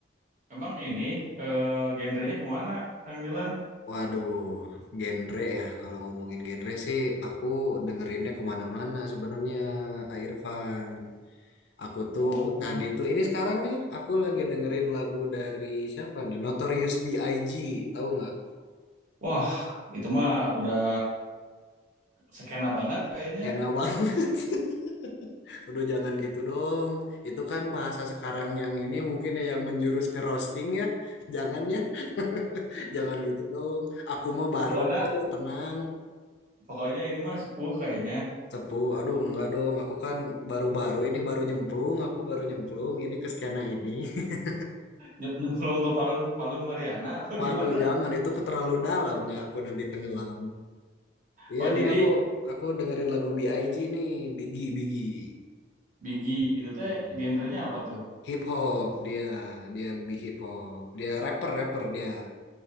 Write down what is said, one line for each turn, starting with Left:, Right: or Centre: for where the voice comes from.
Right: emang ini eh, genrenya kemana, Kang Dilan?
Left: Waduh, genre ya. Kalau ngomongin genre sih, aku dengerinnya kemana-mana sebenarnya, Kak Irfan. Aku tuh
Right: Oh,
Left: tadi tuh ini sekarang nih aku lagi dengerin lagu dari siapa nih? Notorious B.I.G. Tahu nggak?
Right: wah itu mah udah skena banget kayaknya.
Left: Enak banget. <laughs> Aduh jangan gitu dong. Itu kan bahasa sekarang yang ini mungkin ya yang menjurus ke roasting ya. <laughs> Jangan ya. <laughs> Jangan gitu dong. Aku mah baru
Right: Pokoknya
Left: kok, tenang.
Right: pokoknya ini mah sepuh kayaknya.
Left: Sepuh. Aduh enggak dong. Aku kan baru-baru ini baru nyemplung, aku baru nyemplung ini ke skena ini. <laughs>
Right: Ny- Nyemplung ke Parung Palung Mariana apa
Left: Waduh,
Right: gimana?
Left: jangan itu keterlalu dalamnya aku nanti tenggelam. Iya
Right: Oh jadi
Left: nih aku aku dengerin lagu B.I.G nih, Biggie Biggie.
Right: Bigi itu teh
Left: Gitu.
Right: genrenya apa tuh?
Left: Hip hop dia, dia bi hip hop. Dia rapper rapper dia.